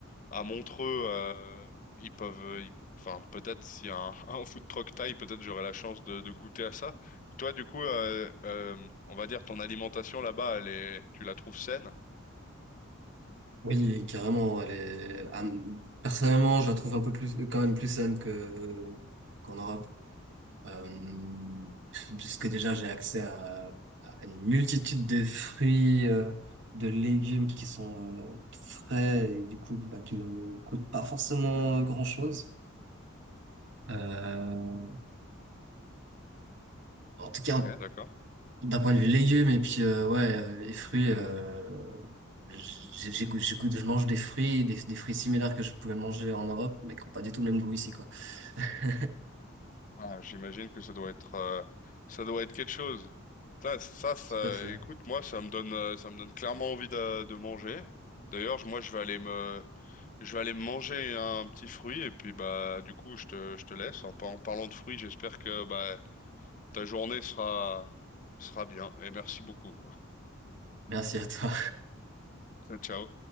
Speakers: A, on the left; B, on the right.
A: à Montreux, euh, ils peuvent, euh, ils- enfin peut-être s'il y a un, <laughs> un food truck thaï, peut-être j'aurai la chance de, de goûter à ça. Toi, du coup, euh, euh, on va dire ton alimentation là-bas, elle est, tu la trouves saine?
B: Oui, carrément. Elle est... ah, Personnellement, je la trouve un peu plus, quand même plus saine que qu'en Europe, euh... puisque déjà j'ai accès à... à une multitude de fruits, euh, de légumes qui sont euh, frais et du coup bah, qui me coûtent pas forcément grand-chose. Euh... En tout cas,
A: Ok, d'accord.
B: D'un point de vue légumes et puis euh, ouais euh, les fruits euh, j'ai- j'écoute j'écoute je mange des fruits des, des fruits similaires que je pouvais manger en Europe mais qui n'ont pas du tout le même goût ici quoi. <laughs> Tout
A: Ah, j'imagine que ça doit être, euh, ça doit être quelque chose. Ça, ça, ça-
B: à fait.
A: écoute, moi, ça me donne, euh, ça me donne clairement envie de, de manger. D'ailleurs, je- moi, je vais aller me, je vais aller me manger un petit fruit et puis bah, du coup, je te, je te laisse. En, par- en parlant de fruits, j'espère que bah, ta journée sera, sera bien. Et merci beaucoup.
B: Merci à toi.
A: <laughs> Ciao.